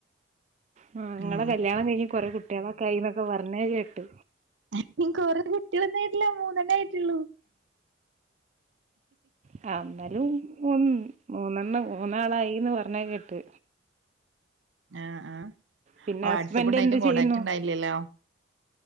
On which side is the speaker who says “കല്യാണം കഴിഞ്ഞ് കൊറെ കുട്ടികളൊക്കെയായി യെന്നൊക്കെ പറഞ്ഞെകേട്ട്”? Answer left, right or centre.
Right